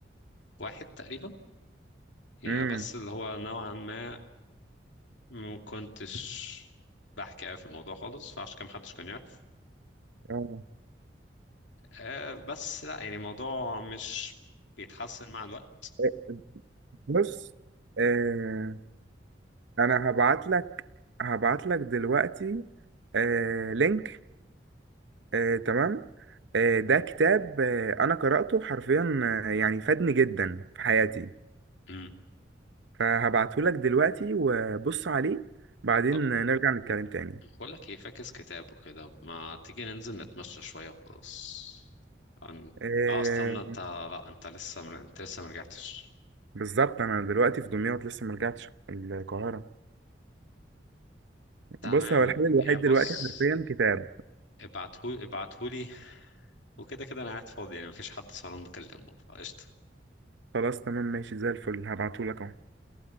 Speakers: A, on the left (about 80°); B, on the right (about 80°).
A: واحد تقريبا يعني
B: امم
A: بس اللي هو نوعا ما ما كنتش بحكي أوي في الموضوع خالص فعشان كده محدش كان يعرف
B: اه
A: آه بس لا يعني الموضوع مش بيتحسن مع الوقت
B: آه، بص آه، انا هبعت لك هبعت لك دلوقتي آه، لينك آه، تمام آه، ده كتاب آه، انا قرأته حرفيا آه، يعني فادني جدا في حياتي
A: امم
B: فهبعته لك دلوقتي وبص عليه بعدين
A: طب
B: نرجع نتكلم تاني
A: بقول لك ايه فاكس كتاب وكده ما تيجي ننزل نتمشى شوية وخلاص عن-
B: آه،
A: اه استنى انت لا انت لسه من... انت لسه مرجعتش
B: بالظبط انا دلوقتي في دمياط لسه ما رجعتش القاهرة
A: تمام
B: بص هو الحل الوحيد
A: يعني بص
B: دلوقتي حرفيا كتاب
A: ابعته ابعتهولي وكده كده انا قاعد فاضي يعني مفيش حد سهران بكلمه فقشطة
B: خلاص تمام ماشي زي الفل هبعته لك اهو